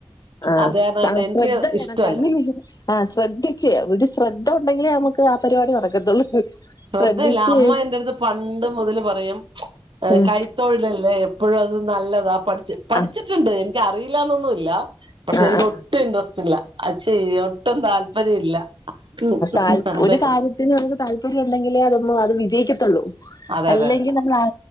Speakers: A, on the left (about 45°); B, on the right (about 70°).
A: ആ
B: അത് കാരണം കൊണ്ട്
A: ആ
B: എനിക്ക്
A: ശ്രദ്ധ വേണം
B: ഇഷ്ടമല്ല
A: കണ്ണ ആ് ശ്രദ്ധിച്ചേ ഒരു ശ്രദ്ധ ഉണ്ടെങ്കിലേ നമുക്ക് ആ പരിപാടി നടക്കത്തുള്ളൂ
B: ശ്രദ്ധയില്ല
A: ശ്രദ്ധിച്ച്
B: അമ്മ എന്റാട്ത് അടുത്ത് പണ്ട് മുതല് പറയും
A: ഉം
B: കൈത്തൊഴിലല്ലേ അപ്പോഴും അത് നല്ലതാ പഠിച്ച പഠിച്ചിട്ടുണ്ട്
A: ആഹ്
B: എനക്ക്റിയില്ലന്നൊന്നുമല്ല പക്ഷെ
A: ആഹ്
B: എനിക്ക് ഒട്ടും ഇൻട്രസ്റ്റ് ഇല്ല അത് ചെയ ഒട്ടും താല്പര്യം ഇല്ല ഉം
A: ആ
B: അതെ
A: ഒരു കാര്യത്തിന് അവർക്ക് താല്പര്യം ഉണ്ടെങ്കിലേ അതൊ അത് വിജയിക്കത്തുള്ളൂ
B: അതെ
A: അല്ലെങ്കിൽ
B: അതെതെ
A: നമ്മൾ ആ